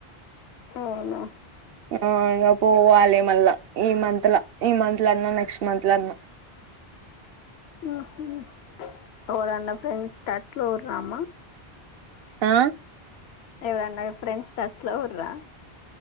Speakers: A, on the left; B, on the right.
A: అవునా
B: ఆ ఇగ పోవాలే మళ్ళా ఈ మంత్ ల, ఈ మంత్ ల అన్నా నెక్స్ట్ మంత్ ల అన్నా
A: ఉహ్ ఉమ్ ఎవరు అన్న ఫ్రెండ్స్ టచ్ లో రామా
B: ఆ
A: ఎవరు అన్నా ఫ్రెండ్స్ టచ్ లో ఉర్రా